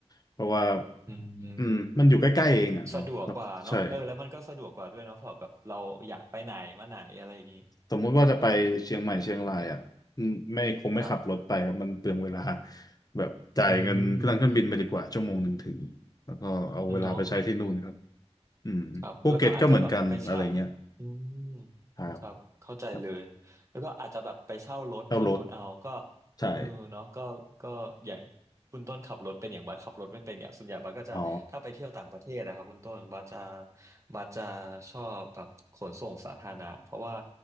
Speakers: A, on the left; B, on the right.
A: เพราะว่า
B: อื
A: อืมมันอยู่ใกล้ๆเองอ่ะเนาะแล้วก็ใช่
B: มสะดวกกว่าเนาะเออแล้วมันก็สะดวกกว่าด้วยเนาะเพราะแบบเราอยากไปไหนมาไหนอะไรอย่างงี้
A: สมมุติว่าจะไปเชียงใหม่เชียงรายอ่ะอืมไม่คงไม่ขับรถไปครับมันเปลืองเวลา
B: ครับ
A: แบบจ่ายเงินเครื่องเครื่องบินไปดีกว่าชั่วโมงหนึ่งถึงแล้วก็เอาเวลาไปใช้ที่นู่นครับ
B: อืมเนาะ
A: อืมภูเก็ตก็เหมือนกันอะไรเงี้ย
B: ครับแล้วก็อาจจะแบบไปเช่าอืม
A: ครับ
B: ครับเข้าใจเลย
A: ครับ
B: แล้วก็อาจจะแบบไปเช่ารถที่นู่นเอาก็
A: เช่ารถใช่
B: เออเนาะก็ก็อย่างคุณต้นขับรถเป็นอย่างบัสขับรถไม่เป็นเนี่ยส่วนใหญ่บัสก็จะถ้าไปเที่ยวต่างประเทศนะครับคุณต้นบัสจะ
A: อ๋อ
B: บัสจะชอบแบบขนส่งสาธารณะเพราะว่า